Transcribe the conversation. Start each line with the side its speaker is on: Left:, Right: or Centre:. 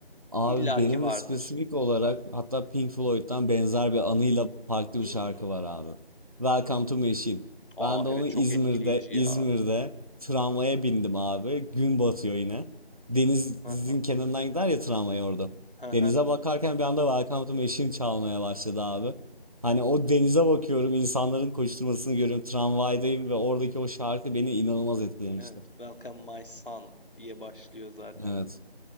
Right: Abi
Left: İlla
Right: benim
Left: ki vardır.
Right: de spesifik olarak hatta Pink Floyd'dan benzer bir anıyla farklı
Left: Hmm.
Right: bir şarkı var abi. Welcome to Machine.
Left: Aa
Right: Ben
Left: evet
Right: de onu
Left: çok
Right: İzmir'de
Left: etkileyici
Right: İzmir'de
Left: ya.
Right: tramvaya bindim abi. Gün batıyor yine. Denizin
Left: Aha,
Right: kenarından gider ya tramvay orada.
Left: aha,
Right: Denize bakarken bir anda Welcome to Machine çalmaya başladı abi. Hani o denize bakıyorum, insanların koşturmasını görüyorum. Tramvaydayım ve oradaki o şarkı beni inanılmaz etkilemişti.
Left: evet. Welcome my son diye başlıyor zaten.
Right: Evet.